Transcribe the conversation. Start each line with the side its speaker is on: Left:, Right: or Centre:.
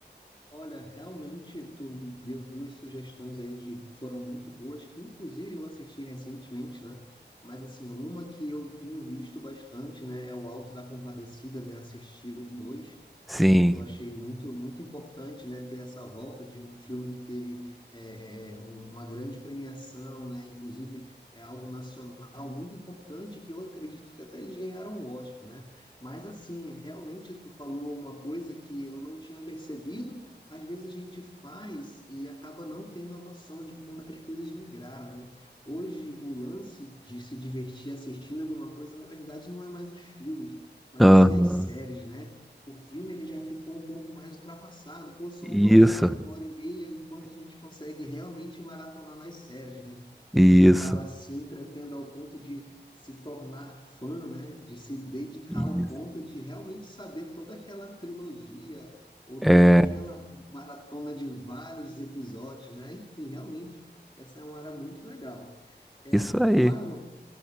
Left: Olha, realmente tu deu duas sugestões aí que foram muito boas, que inclusive eu assisti recentemente, né? Mas assim, uma que eu tenho visto bastante, né, é o Alto da Compadecida, né, assistir o 2,
Centre: Sim.
Left: né, que eu achei muito muito importante, né, ter essa volta de um filme que teve é, é, um- uma grande premiação, né, inclusive é algo nacional muito importante que eu acredito que até eles ganharam o Oscar, né? Mas assim, realmente tu falou uma coisa que eu não tinha percebido às vezes a gente faz e acaba não tendo a noção de como as coisas migraram, né? Hoje, o lance de se divertir assistindo alguma coisa, na verdade, não é mais os filmes, mas
Centre: Aham.
Left: sim as séries, né? O filme ele já ficou um pouco mais ultrapassado, pô, só
Centre: Isso,
Left: uma hora, uma hora e meia, enquanto a gente consegue realmente maratonar nas séries, né?
Centre: isso.
Left: A gente acaba se entretendo ao ponto de se tornar fã, né? De se dedicar
Centre: Isso.
Left: ao ponto de realmente saber toda aquela trilogia ou
Centre: É,
Left: toda aquela maratona de vários episódios, né? Enfim, realmente, essa é uma área muito legal. É,
Centre: isso aí.
Left: Marlon,